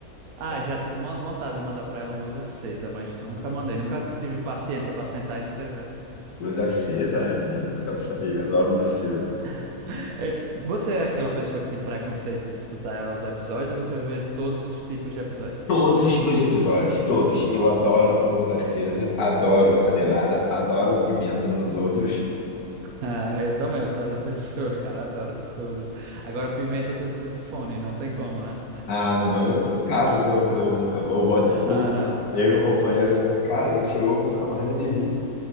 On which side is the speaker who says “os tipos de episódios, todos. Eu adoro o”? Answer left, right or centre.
Left